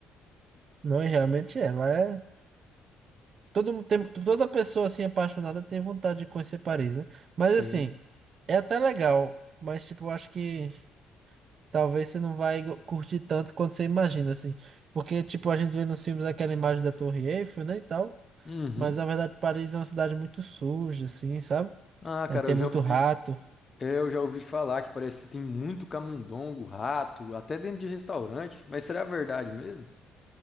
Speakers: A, on the right; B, on the left.
A: Não, é, realmente ela é. Todo, mundo tem, toda pessoa assim apaixonada tem vontade de conhecer Paris, né? Mas
B: Sim.
A: assim, é até legal. Mas, tipo, eu acho que talvez você não vai go- curtir tanto quanto você imagina, assim. Porque, tipo, a gente vê nos filmes aquela imagem da Torre Eiffel, né, e tal.
B: Uhum.
A: Mas na verdade, Paris é uma cidade muito suja, assim, sabe?
B: Ah,
A: É,
B: cara,
A: tem
B: eu
A: muito
B: já ouvi.
A: rato.
B: Eu já ouvi falar que parece que tem muito camundongo, rato, até dentro de restaurante. Mas será verdade mesmo?